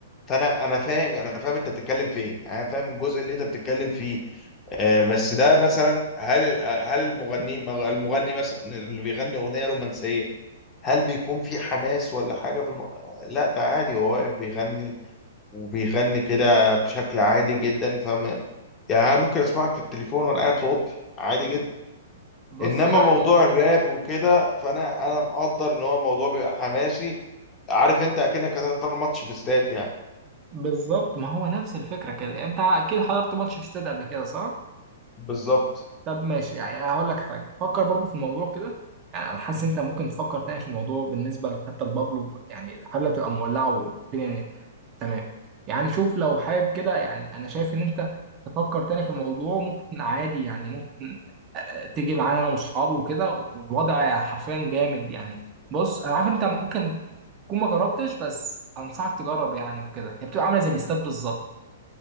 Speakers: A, on the left (about 25°); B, on the right (about 30°).
A: فانا انا فاهم انا فاهم انت بتتكلم في ايه انا فاهم الجزء اللي انت بتتكلم فيه آه، بس ده مثلا هل هل المغني المغني مثلا اللي بيغني اغنيه رومانسيه هل بيكون في حماس ولا حاجه في الم... لا ده عادي هو واقف بيغني وبيغني كده بشكل عادي جدا فاهم يعني أنا ممكن اسمعك في التليفون وانا قاعد في اوضتي عادي جدا
B: بص
A: انما
B: يعني
A: موضوع الراب
B: <laughs>
A: وكده فانا انا مقدر ان هو الموضوع بيبقى حماسي عارف انت اكنك هتحضر ماتش في استاد يعني
B: بالظبط ما هو نفس الفكره كده انت اكيد حضرت ماتش في استاد قبل كده صح؟
A: بالظبط
B: طب ماشي يعني هقول لك حاجه فكر برضو في الموضوع كده يعني انا حاسس انت ممكن تفكر تاني في الموضوع بالنسبه حتى لبابلو يعني الحفله تبقى مولعه والدنيا تمام يعني شوف لو حابب كده يعني انا شايف ان انت تفكر تاني في الموضوع ممكن عادي يعني ممكن آه، تيجي معانا انا واصحابي وكده والوضع حرفيا جامد يعني بص انا عارف انت ممكن تكون ما جربتش بس انصحك تجرب يعني وكده هي بتبقى عامله زي الاستاد بالظبط